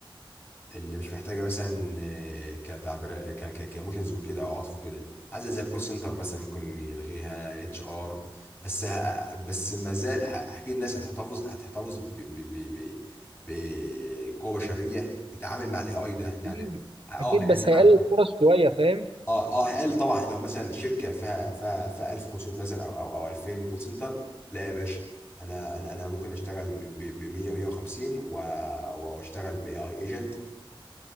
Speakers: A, on the left; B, on the right.
A: اللي مش محتاجه مثلا آه، كتعبير ك- ك- كايموشنز وكده او عاطف وكده عايزه زي الكول سنتر مثلا ممكن يلغيها الاتش ار بس ه- بس ما زال ه- اكيد الناس هتحتفظ هتحتفظ ب- ب- ب- ب- بقوه بشريه تتعامل مع الاي اي ده يعني
B: اكيد
A: اه
B: اكيد
A: هيقل
B: بس هيقلل
A: عدد
B: الفرص شويه فاهم
A: اه اه قال طبعا لو مثلا شركه فيها فيها فيها 1500 مثلا او او او 2000 كول سنتر لا يا باشا انا انا انا ممكن اشتغل ب 100 150 واشتغل باي اي ايجنت